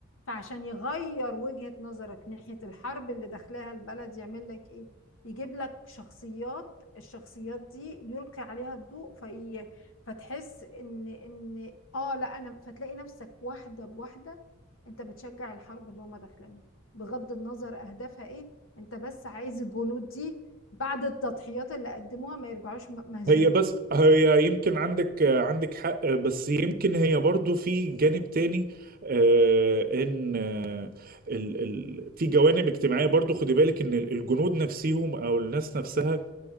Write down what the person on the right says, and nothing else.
هي بس هي يمكن عندك عندك حق بس يمكن هي برضو في جانب تاني آه، ان آه، ال ال في جوانب اجتماعية برضو خدي بالك ان الجنود نفسهم او الناس نفسها